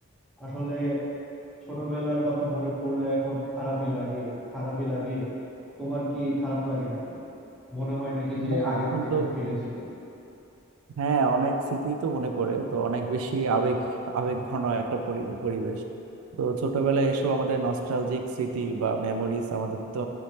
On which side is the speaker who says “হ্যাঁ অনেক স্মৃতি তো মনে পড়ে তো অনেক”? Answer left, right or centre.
Right